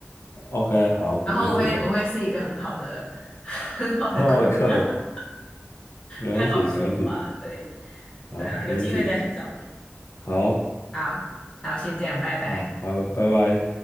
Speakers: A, on the left; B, on the left.
A: ，OK，好，没问题。
B: 然后我会我会是一个很好的 <laughs> 很好的顾客，
A: 很好的课，没问题，
B: 非常好说话，
A: 没问题，
B: 对
A: 好，
B: 对啊，
A: 没问题，
B: 有机会再去找你。
A: 好，
B: 好，好，先这样，拜拜。
A: 好，好，拜拜。